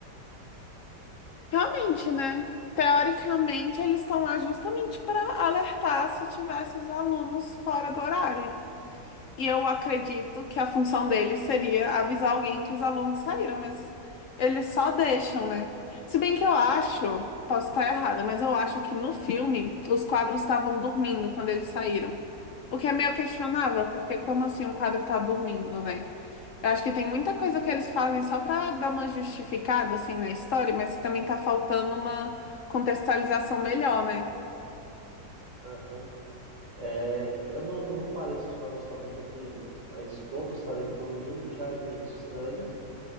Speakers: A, on the left; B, on the right.
A: Realmente, né? Teoricamente, eles estão lá justamente para alertar se tivesse os alunos fora do horário. E eu acredito que a função deles seria avisar alguém que os alunos saíram, mas eles só deixam, né? Se bem que eu acho, posso estar errada, mas eu acho que no filme os quadros estavam dormindo quando eles saíram. O que é meio questionável, porque como assim o quadro tá dormindo, né? Eu acho que tem muita coisa que eles fazem só pra dar uma justificada assim na história, mas que também tá faltando uma contextualização melhor, né?
B: Aham. É, eu não reparei se os quadros estavam dormindo, mas todos estarem dormindo já é meio estranho.